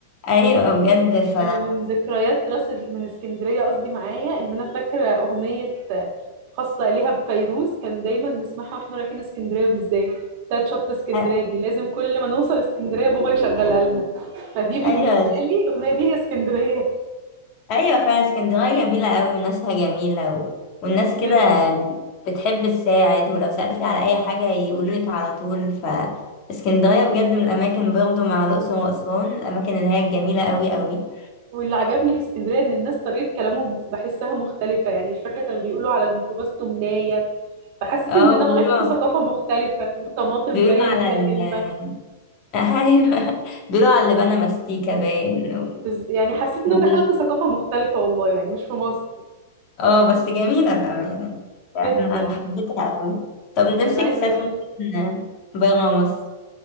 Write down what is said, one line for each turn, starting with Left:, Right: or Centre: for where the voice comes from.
Left: أيوة بجد ف
Right: أنا من ذكريات راس من اسكندرية قصدي معايا إن أنا فاكرة أغنية خاصة ليها بفيروز كان دايما نسمعها واحنا رايحين اسكندرية بالذات بتاعت شط اسكندرية
Left: أ-
Right: دي لازم كل ما نوصل اسكندرية بابا يشغلها لنا فدي بالنسبة
Left: أيوة
Right: لي الأغنية دي هي اسكندرية
Left: ايوه فعلا اسكندريه جميله قوي وناسها جميله و... والناس
Right: جدا
Left: كده بتحب تساعد ولو سالتي على اي حاجه يقولولك على طول ف اسكندريه بجد من الاماكن برضو مع الاقصر واسوان الاماكن اللي هي الجميله قوي قوي
Right: واللي عجبني في اسكندرية إن الناس طريقة كلامهم بحسها مختلفة يعني مش فاكرة كانوا بيقولوا على الميكروباص تمناية فحسيت
Left: اه
Right: ان
Left: بيقولوا
Right: انا رحت ثقافة مختلفة والطماطم
Left: <laughs> بيقولوا
Right: باين
Left: على
Right: ليها
Left: ال...
Right: كلمة
Left: <laughs> ايوه بيقولوا على اللي بنى مستيكه باين و...
Right: بز... يعني حسيت ان
Left: وال...
Right: انا دخلت ثقافة مختلفة والله يعني مش في مصر
Left: اه بس جميله بامانه يعني
Right: جدا
Left: انا أنا حبيتها قوي طب نفسك
Right: انا عايزة
Left: تسافر
Right: اقول لك
Left: فين برا مصر